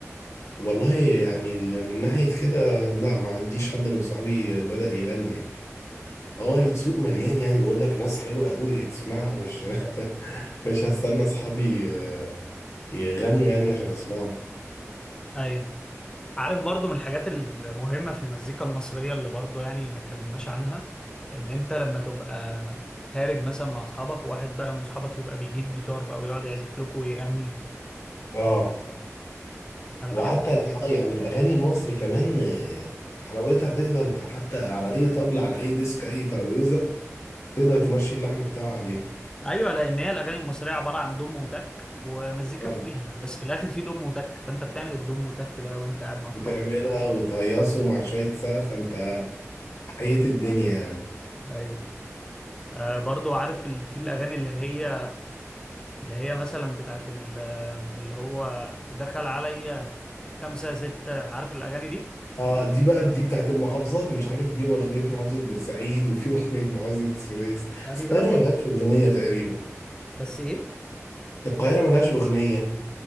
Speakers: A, on the left; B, on the left.
A: والله يعني ال- من ناحية كده لا ما عنديش حد من صحابي بدأ يغني يعني هو السوق مليان يعني بقول لك ناس حلوة قوي تسمعها مش <laughs> مش هستنى اصحابي يغنوا يعني عشان اسمعهم
B: ايوه عارف برضو من الحاجات المهمة في المزيكا المصرية اللي برضو يعني ما اتكلمناش عنها ان انت لما تبقى خارج مثلا مع اصحابك وواحد بقى من اصحابك يبقى بيجيب جيتار بقى ويقعد يعزف لكم ويغني
A: اه
B: انا
A: وحتى
B: بحب كده
A: ال-
B: جدا
A: اه يعني الاغاني المصري كمان آه، حلاوتها تقدر ت- حتى على اي طبلة على اي ديسك اي ترابيزه تقدر تمشي اللحن بتاعها عليها
B: ايوه لان هي الاغاني المصرية عبارة عن دم وتك ومزيكا
A: اه
B: فوقيها بس في الاخر في دم وتك فانت بتعمل الدم وتك ده وانت قاعد مع اصحابك
A: بتعملها وتهيصه مع شويه سقف انت حييت الدنيا يعني
B: ايوه آه برضو عارف ال- في الاغاني اللي هي اللي هي مثلا بتاعت ال- اللي هو دخل عليا خمسة ستة عارف الاغاني دي
A: اه دي بقى دي بتاعت المحافظات مش عارف دي واغنيه محافظه بورسعيد وفي <laughs> اغنيه محافظه السويس
B: ايوه
A: بس القاهره ملهاش اغنيه تقريبا
B: بس ايه
A: القاهره ملهاش اغنيه